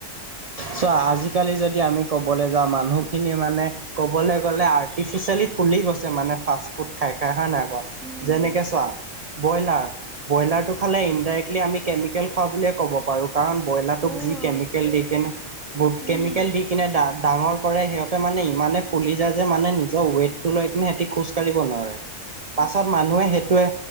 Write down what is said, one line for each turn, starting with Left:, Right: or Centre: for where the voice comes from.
Right: চোৱা আজিকালি যদি আমি কবলে যাওঁ মানুহখিনিয়ে মানে কবলৈ গলে আৰ্টিফিচিয়েলি ফুলি গৈছে মানে ফাষ্ট ফুড খাই খাই হয় নাই।
Centre: উম,
Right: যেনেকে চোৱা ব্ৰইলাৰ ব্ৰইলাৰটো খালে ইনডাইৰেক্লি আমি কেমিকেল খোৱা বুলিয়ে কব পাৰো কাৰণ বইলাটোক
Centre: অ',
Right: যি কেমিকেল দি কেনে <unintelligible>
Centre: উম,
Right: কেমিকেল দি দি কিনে দা ডাঙৰ কৰে সিহঁতে মানে ইমানে ফুলি যায় যে মানে নিজৰ ৱেটতো লৈ কিনে সিহঁতি খোজকাঢ়িব নোৱাৰে।
Centre: <unintelligible>
Right: পাছত মানুহে সেইটোৱে